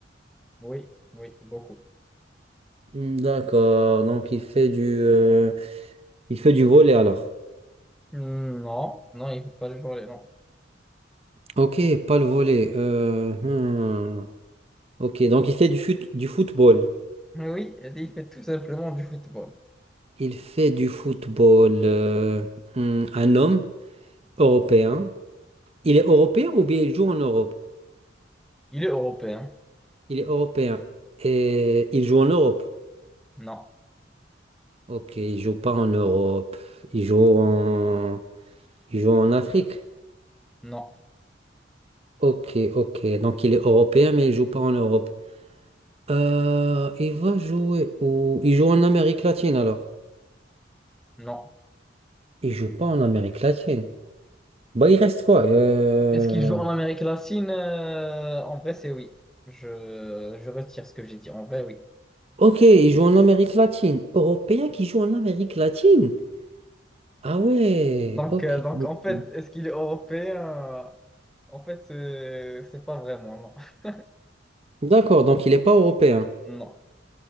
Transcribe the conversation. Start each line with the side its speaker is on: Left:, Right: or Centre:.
Centre: Oui. Oui. Beaucoup.
Right: Hmm, D'accord, donc il fait du, euh, il fait du volley alors.
Centre: Non. Non, il ne fait pas du volley. Non.
Right: Ok, pas le volley. Euh, hmm. Ok, donc il fait du fut- du football.
Centre: Mais oui, il fait tout simplement du football.
Right: Il fait du football. euh, hmm, un homme européen. Il est européen ou bien il joue en Europe?
Centre: Il est européen.
Right: Il est européen. Et il joue en Europe.
Centre: Non.
Right: Ok, il joue pas en Europe. Il joue en, il joue en Afrique.
Centre: Non.
Right: Ok, ok. Donc il est européen mais il joue pas en Europe. Euh, il va jouer où? Il joue en Amérique latine alors.
Centre: Non.
Right: Il joue pas en Amérique latine. Bah il reste quoi? Euh,
Centre: Est-ce qu'il joue en Amérique latine? Euh, en vrai, c'est oui. Je, je retire ce que j'ai dit. En vrai, oui.
Right: Ok, il joue en Amérique latine. Européen qui joue en Amérique latine? Ah ouais,
Centre: Donc,
Right: ok.
Centre: euh, donc
Right: ok.
Centre: en fait, est-ce qu'il est européen? En fait, c'est c'est pas vraiment, non. <laughs>
Right: D'accord, donc il n'est pas européen.
Centre: Non.